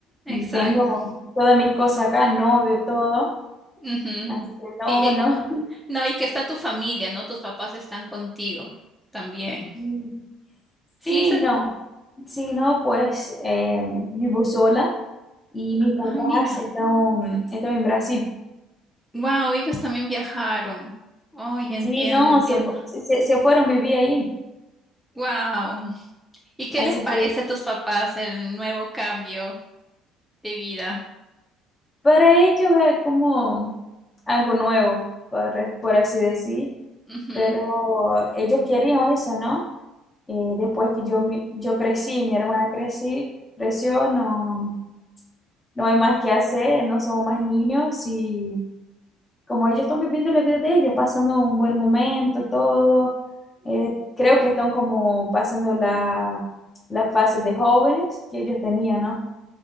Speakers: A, in the centre; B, on the left.
A: Exacto.
B: Y tengo todas mis cosas acá, novio, todo.
A: Ujú.
B: Así que no,
A: Y, y-
B: no. <laughs>
A: no, y que está tu familia, ¿no? Tus papás están contigo también.
B: Mm,
A: Sí,
B: Sí,
A: eso es-
B: no. Sí, no, pues eh, vivo sola y mis papás
A: Ah, mira.
B: están, están en Brasil.
A: Wow, ellos también viajaron. Oye, entiendo,
B: Sí, no,
A: entiendo.
B: se, fu- se, se fueron a vivir ahí.
A: Wow. ¿Y qué
B: Así
A: les parece
B: que
A: a tus papás el nuevo cambio de vida?
B: Para ellos es como algo nuevo, por, por así decir,
A: Ujú,
B: pero ellos querían eso, ¿no? Eh, después que yo, mi- yo crecí, mi hermana crecí, creció, no, no hay más que hacer, no somos más niños y como ellos están viviendo la vida de ellos, pasando un buen momento, todo, eh, creo que están como pasando la, la fase de jóvenes que ellos tenían, ¿no?